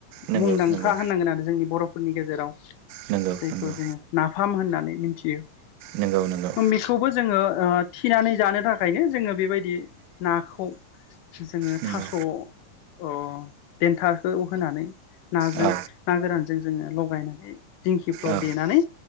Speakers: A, on the right; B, on the left.
A: नंगौ
B: मुंदांखा
A: नंगौ
B: होननांगोन आरो जोंनि बर'फोरनि गेजेराव
A: नंगौ
B: जायखौ
A: नंगौ
B: जोङो नाफाम होननानै मिथियो
A: नंगौ नंगौ
B: ओ बेखौबो जोङो थिनानै जानो थाखायनो जोङो बे बेबायदि नाखौ जोङो
A: नंगौ
B: थास' अ देनथाखौ होनानै नाजों
A: औ
B: ना गोरानजों जोङो लगायनानै दिंखिफ्राव
A: औ
B: देनानै